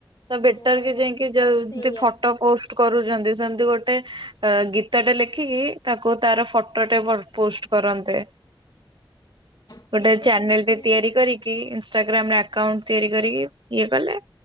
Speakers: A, on the right; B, on the left.
A: ତ
B: ହଁ
A: ବେଟର କି ଯାଇକି ଯ
B: ସେଇଆ
A: ପୋଷ୍ଟ କରୁଛନ୍ତି ସେମତି ଗୋଟେ ଅ ଗୀତଟେ ଲେଖିକି ତାକୁ ତାର ଫଟୋଟେ ପୋଷ୍ଟ କରନ୍ତେ।
B: ସିଏ
A: ଗୋଟେ
B: ତ
A: ଚ୍ୟାନେଲ
B: ସେମିତି
A: ଟେ ତିଆରି କରିକି ଇନଷ୍ଟାଗ୍ରାମରେ ଆକାଉଣ୍ଟ ତିଆରି କରିକି ଇଏ କଲେ